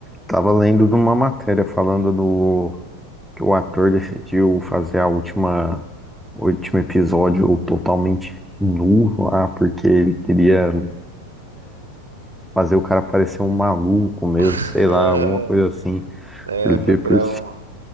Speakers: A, in the centre; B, on the right.
A: Tava lendo de uma matéria falando do. Que o ator decidiu fazer a última. O último episódio totalmente nu lá, porque ele queria fazer o cara parecer um maluco mesmo,
B: <laughs>
A: sei
B: Aham.
A: lá, alguma coisa assim.
B: É,
A: Ele veio
B: foi bravo,
A: por